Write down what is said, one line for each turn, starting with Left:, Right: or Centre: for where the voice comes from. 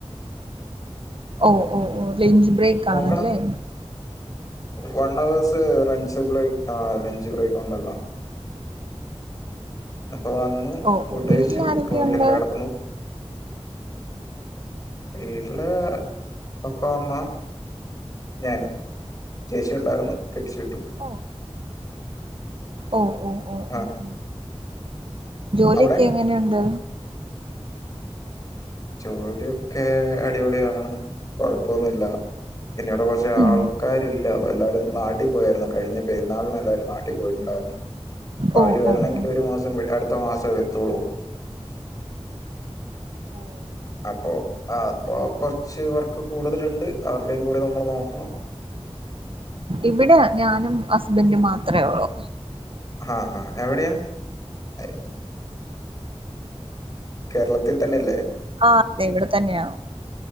Right: ഓഹ് ഓഹ് ഓഹ് ലെഞ്ച് ബ്രേക്ക്.
Left: പോകണം.
Right: ആണല്ലേ
Left: വൺ അവേഴ്സ് റഞ്ച് ബ്രേക്ക് ആ ലഞ്ച് ബ്രേക്ക് ഉണ്ടല്ലോ? അപ്പ വന്നു
Right: ഓ
Left: ഫുഡ്
Right: ഓ വീട്ടിൽ
Left: കഴിച്ചു
Right: ആരൊക്കെയുണ്ട്
Left: റൂമിൽ ഇങ്ങനെ കിടക്കുന്നു. എ ഹെ വീട്ടില് പപ്പ അമ്മ. ഞാൻ ചേച്ചിഒണ്ടായിരുന്നു കെട്ടിച്ചു വിട്ടു.
Right: ഓ ഓ ഓ ഓ
Left: ആ
Right: ഓ ഓ. ജോലിയൊക്കെ
Left: അവിടെ
Right: എങ്ങനെയുണ്ട്?
Left: ജോലിയൊക്കെ അടിപൊളിയാണ് കുഴപ്പൊന്നുല്ല. പിന്നെ ഇവിടെ കുറച്ച്
Right: ഉം
Left: ആൾക്കാരില്ലാ അപ്പ എല്ലാവരും നാട്ടിൽ പോയായിരുന്നു കഴിഞ്ഞ പെരുന്നാളിനും എല്ലാവരും നാട്ടിൽ പോയിട്ടുണ്ടായിരുന്നു അപ്പൊ
Right: ഓ
Left: അവര് വരണെങ്കിൽ.
Right: ഓ ഓ
Left: ഒരു മാസം അടുത്ത മാസം വരത്തുള്ളൂ.
Right: ഓ
Left: അപ്പോ അപ്പോ കൊറച്ച് വർക്ക് കൂടുതല്ണ്ട് അവരുടെയും കൂടി നമ്മൾ നോക്കണം.
Right: ഇവിടെ ഞാനും ഹസ്ബൻഡും മാത്രേ ഒള്ളു.
Left: ആഹ അ ഹാ എവിടെയാ അയ്യോ, കേരളത്തിൽ തന്നെ അല്ലേ
Right: ആഹ അതെ ഇവിടെ തന്നെയാ